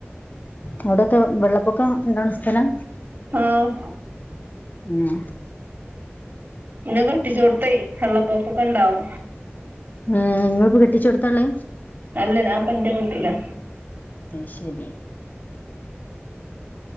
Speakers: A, on the left (about 40°); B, on the right (about 40°).
A: അവിടൊക്കെ വെള്ളപ്പൊക്കം ഇണ്ടാവ്ണ സ്ഥലാ
B: ആഹ്
A: ഏഹ്
B: ഇന്നെ കെട്ടിച്ചോട്ത്തേ വെള്ളപ്പൊക്കൊക്കെണ്ടാവും
A: ഏഹ് നിങ്ങളിപ്പ കെട്ടിച്ചോട്ത്താള്ളേ
B: അല്ല ഞാപ്പോ ഇന്റെ വീട്ടിലാ
A: അത് ശരി